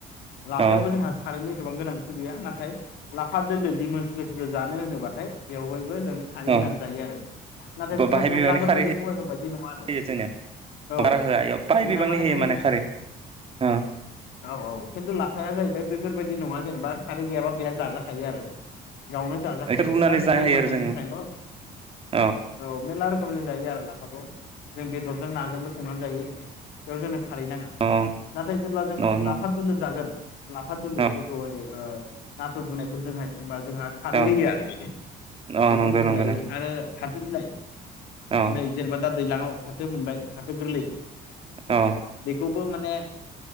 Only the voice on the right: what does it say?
अ
अ
बाहाय बिबांनि
खारै
होयो जोंनो
बारा होआ इयाव बाहाय
बिबांनि
होयो
खारै अ
बेखौ रुनानै
जानो
हायो आरो जोङो
अ
अ
अ
औ
औ
औ
नंगौ
नंगौ
नोंथां
औ
औ